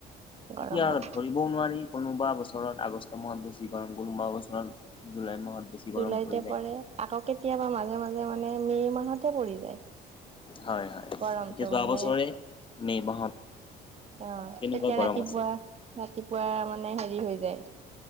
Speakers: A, on the right; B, on the left.
A: গৰমত
B: এতিয়া ভ বও নোৱাৰি, কোনোবা বছৰত আগষ্ট মাহত বেছি গৰম, কোনোবা বছৰত জুলাই মাহত বেছি। গৰম
A: জুলাইতে
B: পৰি যায়
A: পৰে, আকৌ কেতিয়াবা মাজে, মাজে মানে মে' মাহতে পৰি যায়।
B: হয়, হয়।
A: গৰমটো
B: এতিয়া যোৱা
A: মানে।
B: বছৰে মে' মাহত।
A: অঁ,
B: তেনেকুৱা
A: তেতিয়া
B: গৰম
A: ৰাতিপুৱা,
B: আছিল
A: ৰাতিপুৱা মানে হেৰি হৈ যায়।